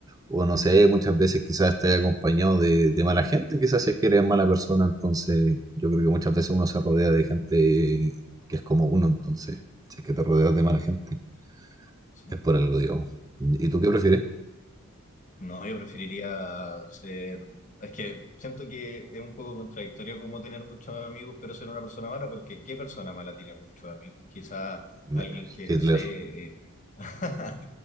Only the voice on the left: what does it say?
Claro,
sí.
No, yo preferiría ser... Es que siento que es un poco contradictorio como tener muchos amigos, pero ser una persona mala, porque ¿qué persona mala tiene muchos amigos? Quizá
alguien que,
no sé... eh, <laughs>